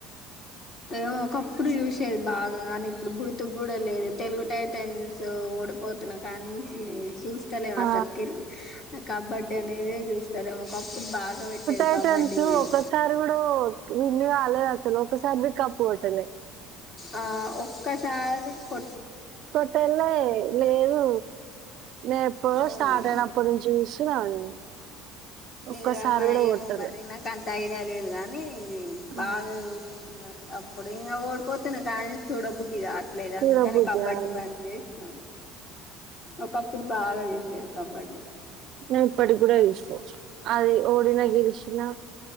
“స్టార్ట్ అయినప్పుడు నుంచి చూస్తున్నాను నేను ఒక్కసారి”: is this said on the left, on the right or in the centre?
Right